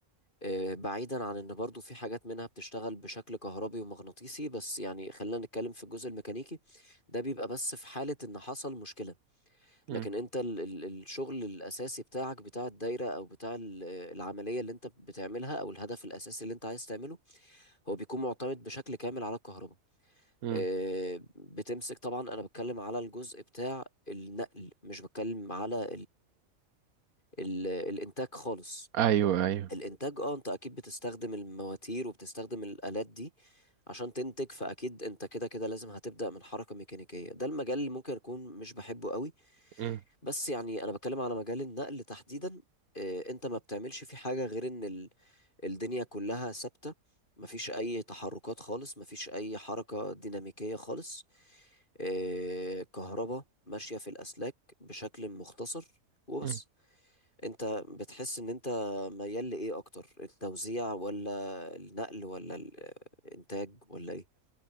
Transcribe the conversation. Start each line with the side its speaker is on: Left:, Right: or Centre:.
Left: آه، بعيدا عن ان برضو في حاجات منها بتشتغل بشكل كهربي ومغناطيسي بس يعني خلينا نتكلم في الجزء الميكانيكي ده بيبقى بس في حالة ان حصل مشكلة
Right: مم،
Left: لكن انت ال ال الشغل الاساسي بتاعك بتاع الدايرة او بتاع ال- العملية اللي انت بتعملها او الهدف الاساسي اللي انت عايز تعمله هو بيكون معتمد بشكل كامل على الكهرباء
Right: مم.
Left: آه، بتمسك طبعا انا بتكلم على الجزء بتاع النقل مش بتكلم على ال- الانتاج خالص
Right: ايوه ايوه
Left: الانتاج اه انت اكيد بتستخدم المواتير وبتستخدم الالات دي عشان تنتج فاكيد انت كده كده لازم هتبدا من حركه ميكانيكيه ده المجال اللي ممكن اكون مش بحبه قوي
Right: مم،
Left: بس يعني انا بتكلم على مجال النقل تحديدا آه، انت ما بتعملش فيه حاجه غير ان ال- الدنيا كلها ثابته مفيش اي تحركات خالص مفيش اي حركه ديناميكيه خالص آه، كهرباء ماشيه في الاسلاك بشكل مختصر وبس
Right: مم.
Left: انت بتحس ان انت ميال لايه اكتر التوزيع ولا النقل ولا الانتاج ولا ايه